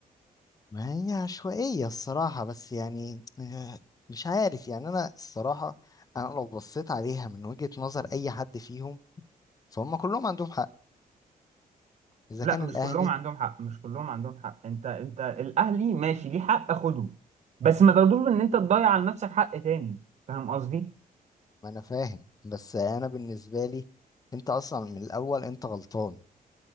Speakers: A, on the left; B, on the right.
A: ما هي عشوائيه الصراحه بس يعني آه، مش عارف يعني انا الصراحه انا لو بصيت عليها من وجهه نظر اي حد فيهم فهم كلهم عندهم حق اذا
B: لا
A: كان الاهلي
B: مش كلهم عندهم حق مش كلهم عندهم حق انت انت الاهلي ماشي ليه حق خده بس ما تاخدوش ان انت تضيع على نفسك حق تاني فاهم قصدي
A: ما انا فاهم بس انا بالنسبه لي انت اصلا من الاول انت غلطان